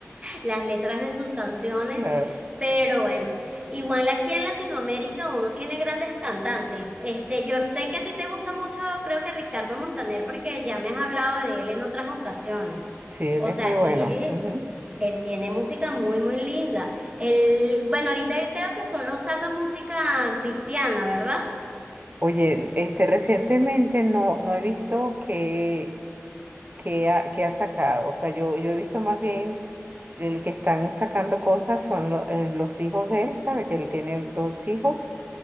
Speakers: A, on the right (about 20°); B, on the right (about 35°).
A: las letras de sus canciones.
B: claro.
A: Pero bueno, igual aquí en Latinoamérica uno tiene grandes cantantes. Este, yo sé que a ti te gusta mucho, creo que Ricardo Montaner, porque ya me has hablado de él en otras ocasiones.
B: Sí, él
A: O
B: es
A: sea,
B: muy bueno.
A: él,
B: Ujú.
A: él tiene música muy, muy linda. Él, bueno, ahorita él creo que solo saca música cristiana, ¿verdad?
B: Oye, este, recientemente no, no he visto que, que, ha, que ha sacado. O sea, yo, yo he visto más bien el que están sacando cosas son lo- eh, los hijos de él, ¿sabe? Que él tiene dos hijos